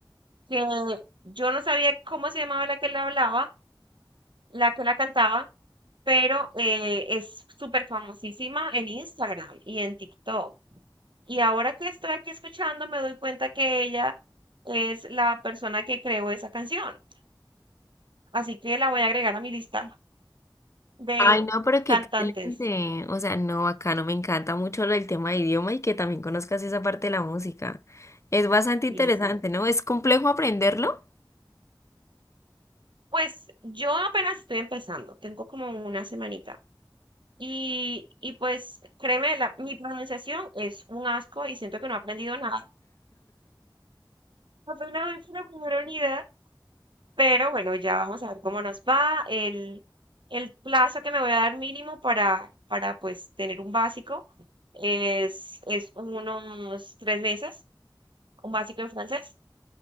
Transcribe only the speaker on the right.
que yo no sabía cómo se llamaba la que la hablaba, la que la cantaba, pero eh, es súper famosísima en Instagram y en TikTok. Y ahora que estoy aquí escuchando, me doy cuenta que ella es la persona que creó esa canción. Así que la voy a agregar a mi lista de
cantantes.
Sí, sí.
Pues yo apenas estoy empezando, tengo como una semanita. Y, y pues créeme, la- mi pronunciación es un asco y siento que no he aprendido nada. Afortunadamente la primera unidad, pero bueno, ya vamos a ver cómo nos va. El, el plazo que me voy a dar mínimo para, para pues tener un básico es, es unos tres meses, un básico en francés.